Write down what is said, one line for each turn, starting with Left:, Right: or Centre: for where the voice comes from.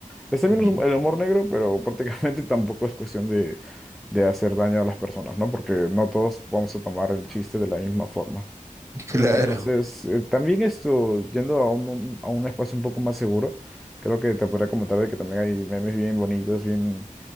Right: <laughs>
Centre: está bien
Right: ujú,
Centre: los- el amor negro, pero prácticamente <laughs> tampoco es cuestión de, de hacer daño a las personas, ¿no? Porque no todos vamos a tomar el chiste de la misma forma.
Right: claro.
Centre: Entonces, eh, también esto, yendo a un, un- a un espacio un poco más seguro, creo que te podría comentar de que también hay memes bien bonitos, bien